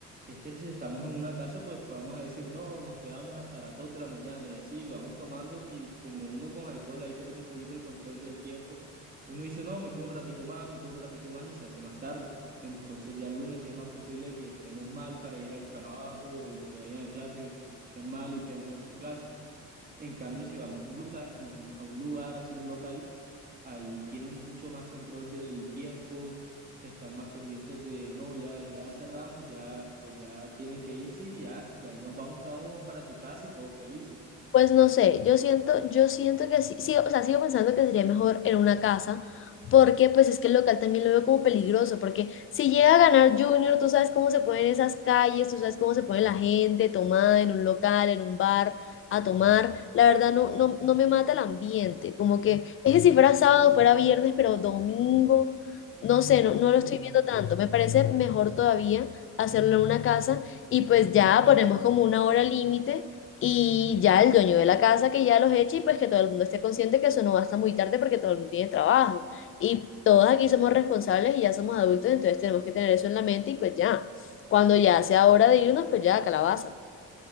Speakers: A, on the right (about 30°); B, on the left (about 45°).
A: es que si estamos en una casa, pues vamos a decir, no, nos quedamos hasta las 2 de la mañana y así, vamos tomando y como uno con alcohol ahí pierde un poquito el control del tiempo, uno dice, no, me quedo un ratico más, me quedo un ratico más y se hace más tarde. Entonces ya el lunes sí es más posible que estemos mal para ir al trabajo, o los que vayan a clase, que estén mal y pierdan su clase. En cambio, si vamos a un lugar, un- a un lugar, así un local, ahí tienen mucho más control del tiempo, están más pendientes de, no, ya, ya cerramos, ya, pues ya tienen que irse y ya, de ahí nos vamos cada uno para su casa y todos felices.
B: Pues no sé, yo siento, yo siento que sí, sí, o sea, sigo pensando que sería mejor en una casa, porque pues es que el local también lo veo como peligroso, porque si llega a ganar Junior, tú sabes cómo se ponen esas calles, tú sabes cómo se pone la gente tomada en un local, en un bar, a tomar, la verdad no, no, no me mata el ambiente, como que es que si fuera sábado, fuera viernes, pero domingo, no sé, no, no lo
A: Mm.
B: estoy viendo tanto, me parece mejor todavía hacerlo en una casa y pues ya ponemos como una hora límite y ya el dueño de la casa que ya los eche y pues que todo el mundo esté consciente que eso no va hasta muy tarde porque todo el mundo tiene trabajo. Y todos aquí somos responsables y ya somos adultos, entonces tenemos que tener eso en la mente y pues ya, cuando ya sea hora de irnos, pues ya, calabaza.